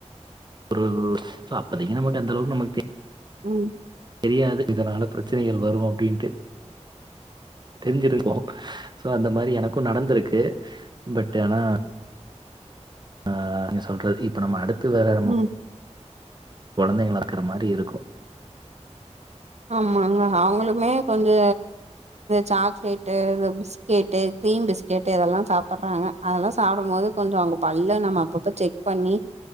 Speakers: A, on the right; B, on the right.
A: ஒரு அப்பதைக்கு நமக்கு அந்த அளவுக்கு நமக்கு தெரி
B: ம்
A: தெரியாது இதனால பிரச்சனைகள் வரு அப்டின்ட்டு தெரிஞ்சிருக்கோ சோ அந்த மாரி எனக்கு நடந்திருக்கு பட் ஆனா அ நீங்க சொல்றது இப்ப நம்ம அடுத்து வேற நம்மோ
B: ம்
A: கொழந்தைங்களக்கற மாரி இருக்கு
B: ஆமாங்க அவங்களுமே கொஞ்சோ சாக்லேட்டு இது பிஸ்கெட்டு க்ரீம் பிஸ்கெட்டு் இதெல்லா சாப்ற்றாங்க அதெல்லா சாப்பிடு போது கொஞ்சோ அவுங்க பல்ல நம்ம அப்பப்ப செக் பண்ணி